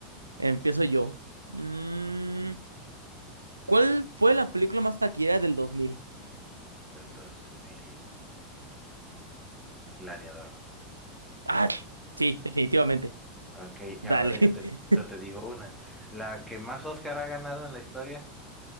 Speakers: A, on the right; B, in the centre.
A: empiezo yo. Mm, ¿cuál fue la película más taquillera del 2000?
B: El dos mil Gladiador.
A: Ah, sí, definitivamente.
B: Ok, y
A: Dale.
B: ahora yo
A: <laughs>
B: te, yo te digo una. La que más Oscar ha ganado en la historia.